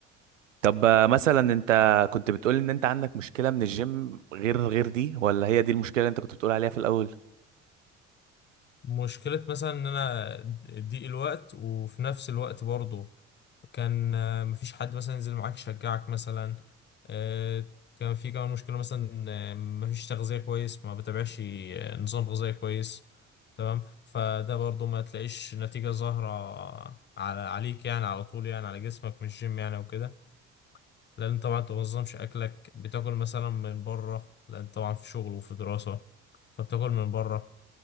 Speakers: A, on the right; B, on the left.
A: طب آه، مثلا انت كنت بتقول ان انت عندك مشكلة من الجيم غير غير دي ولا هي دي المشكلة اللي انت كنت بتقول عليها في الاول
B: مشكلة مثلا ان انا ضيق الوقت وفي نفس الوقت برضه كان آه، مفيش حد مثلا ينزل معاك يشجعك مثلا آه، كان في كمان مشكلة مثلا آه، مفيش تغذية كويس ما بتابعش آه، نظام غذائي كويس تمام فده برضو ما تلاقيش نتيجة ظاهرة على عليك يعني على طول يعني على جسمك مش جيم يعني وكده لأن طبعا أنت منظمش أكلك بتاكل مثلا من بره لأن طبعا في شغل وفي دراسة فبتاكل من بره